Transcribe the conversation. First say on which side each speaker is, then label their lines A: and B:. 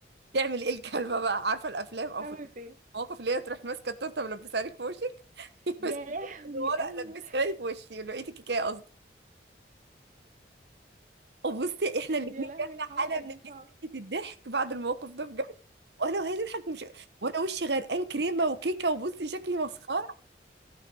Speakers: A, on the right (about 65°); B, on the right (about 45°).
A: تعمل ايه الكلبه بقى عارفه الافلام او
B: عملت
A: في
B: ايه
A: مواقف اللي هي تروح ماسكه التورته ملبسها لك في وشك <laughs>
B: يا
A: ماسكه
B: لهوي
A: الورق
B: ايوه
A: لبسها لي في وشي لقيت الكيكه قصدي وبصي احنا الاثنين
B: يا لهوي
A: جالنا
B: الحركه
A: حاله من
B: دي صعبه
A: هستيرية الضحك بعد الموقف ده بجد وانا وهي تضحك مش وانا وشي غرقان كريمه وكيكه وبصي شكلي مسخره <laughs>